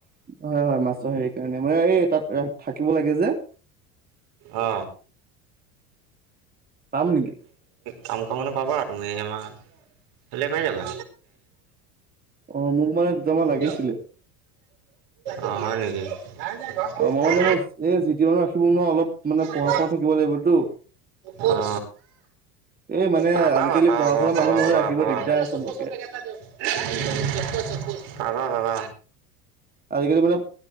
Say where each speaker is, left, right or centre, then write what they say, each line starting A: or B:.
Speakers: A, on the right (about 20°); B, on the right (about 60°).
A: হয় হয় মাছৰ হেৰি কাৰণে মানে এই তাত থাকিব লাগে যে
B: অ
A: পাম নেকি?
B: কাম কৰা মানুহ পাবা তুমি আমাৰ কাইলে পাই যাবা।
A: অ মোক মানে দুটামান লাগিছিলে।
B: তে অ হয় নেকি নাই যে ঘৰত
A: অ মই
B: এই
A: মানে মই এই জিটি মানুহ ৰাখিব নোৱাৰো অলপ মানে পঢ়া
B: নাই
A: শুনা থাকিব লাগিবতো
B: <unintelligible> অ
A: এই মানে
B: পাবা পাবা
A: আজিকালি
B: পাবা
A: পঢ়া শুনা
B: পাবা
A: মানুহ নহয়
B: পাবা
A: ৰাখিব
B: পাবা
A: দিগদাৰ চবকে
B: চোপা চোপ পেকেট এটা দিয়কচোন। <unintelligible> বাবা বাব
A: আজিকালি মানে